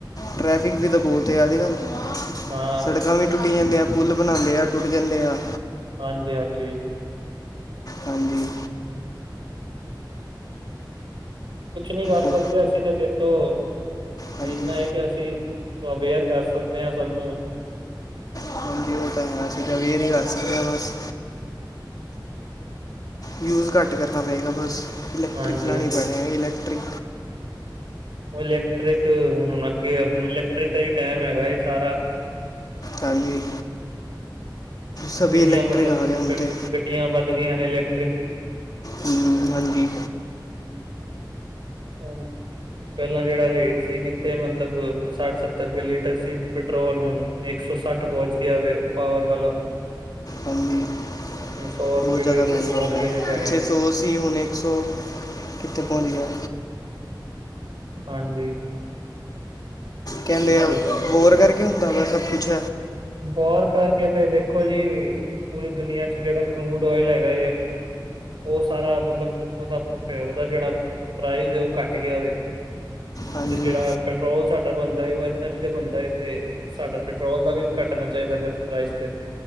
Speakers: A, on the left (about 50°); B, on the right (about 80°).
A: ਟਰੈਫਿਕ ਵੀ ਤਾਂ ਬਹੁਤ ਹੈ ਅੱਜ ਕੱਲ੍ਹ
B: ਹਾਂ
A: ਸੜਕਾਂ ਵੀ ਟੁੱਟੀ ਜਾਂਦੇ ਆ, ਪੁੱਲ ਬਣਾਉਂਦੇ ਆ ਟੁੱਟ ਜਾਂਦੇ ਆ।
B: ਹਾਂਜੀ, ਹਾਂਜੀ।
A: ਹਾਂਜੀ।
B: ਕੁਛ ਨੀ ਕਰ
A: ਉਹ
B: ਸਕਦੇ, ਅਸੀਂ ਤਾਂ ਦੇਖ ਦੇਖੋ,
A: ਹਾਂਜੀ
B: ਇੰਨਾ ਹੈ ਕਿ ਅਸੀਂ ਅਵੇਅਰ ਕਰ ਸਕਦੇ ਹਾਂ ਸਭ ਨੂੰ
A: ਹਾਂਜੀ ਉਹ ਤਾਂ ਹੈ, ਅਸੀਂ ਤਾਂ ਅਵੇਅਰ ਹੀ ਕਰ ਸਕਦੇ ਹਾਂ ਬਸ। ਯੂਜ ਘੱਟ ਕਰਨਾ ਪਵੇਗਾ ਬਸ, ਇਲੈਕਟ੍ਰਿਕ
B: ਹਾਂਜੀ
A: ਲਉਣੇ
B: ਹਾਂਜੀ
A: ਪੈਣੇ ਹੈ ਇਲੈਕਟ੍ਰਿਕ।
B: ਇਲੈਕਟ੍ਰਿਕ ਹੋਣ ਲਗ ਗੇ, ਹੁਣ ਇਲੈਕਟ੍ਰਿਕ ਦਾ ਹੀ ਟਾਈਮ ਹੈਗਾ ਸਾਰਾ।
A: ਹਾਂਜੀ, ਸਭ ਇਲੈਕਟ੍ਰਿਕ
B: ਇੰਨੀਆਂ ਮਤਲਬ
A: ਆ ਗਿਆ ਹੁਣ
B: ਗ
A: ਤੇ।
B: ਗੱਡੀਆਂ ਵੱਧ ਗਈਆਂ ਨੇ ਇਲੈਕਟ੍ਰਿਕ।
A: ਹੂੰ, ਹਾਂਜੀ।
B: ਪਹਿਲਾਂ ਜਿਹੜਾ ਰੇਟ ਸੀ, ਕਿੱਥੇ ਮਤਲਬ ਸੱਠ, ਸੱਤਰ ਰੁਪਏ ਲੀਟਰ ਸੀ ਪੈਟਰੋਲ ਹੁਣ ਇੱਕ ਸੌ ਸੱਠ ਪਹੁੰਚ ਗਿਆ ਪਾਵਰ ਵਾਲਾ। <inaudible>
A: ਹਨੀ <inaudible> <unintelligible>
B: ਸੌ ਰੁਪਏ
A: ਬਹੁਤ ਜ਼ਿਆਦਾ
B: ਡੇਢ ਸੌ
A: ਮਹਿੰਗਾ
B: ਰੁਪਏ
A: ਹੋ
B: ਵੱਧ ਗਏ
A: ਗਿਆ ਏ,
B: ਨੇ ਪੈਸੇ
A: ਛੇ ਸੌ ਓ ਸੀ ਹੁਣ ਇੱਕ ਸੌ ਕਿੱਥੇ ਪਹੁੰਚ ਗਿਆ।
B: ਹਾਂਜੀ।
A: ਕਹਿੰਦੇ ਆ,
B: ਇੱਕ
A: ਵੌਰ ਕਰਕੇ ਹੁੰਦਾ ਵਾ ਸਭ ਕੁਛ।
B: ਬਾਰ ਕਰਕੇ ਤੇ ਦੇਖੋ ਜੀ ਪੂਰੀ ਦੁਨੀਆਂ ਚ ਜਿਹੜਾ ਕਰੂਡ ਓਇਲ ਹੈਗਾ ਉਹ ਸਾਰਾ ਮਤਲਬ ਉਹਦਾ ਪੇ ਉਹਦਾ ਜਿਹੜਾ ਪ੍ਰਾਈਜ਼ ਉਹ ਘੱਟ ਗਿਆ ਵੇ।
A: ਹਾਂਜੀ
B: ਤੇ ਜਿਹੜਾ ਪੈਟਰੋਲ ਸਾਡਾ ਬਣਦਾ ਏ ਉਹ ਇਹਦੇ ਨਾਲ ਤੇ ਬਣਦਾ ਹੈਏ ਤੇ ਸਾਡਾ ਪੈਟਰੋਲ ਦਾ ਵੀ ਘੱਟਣਾ ਚਾਹੀਦਾ ਫਿਰ ਪ੍ਰਾਈਜ਼ ਤੇ।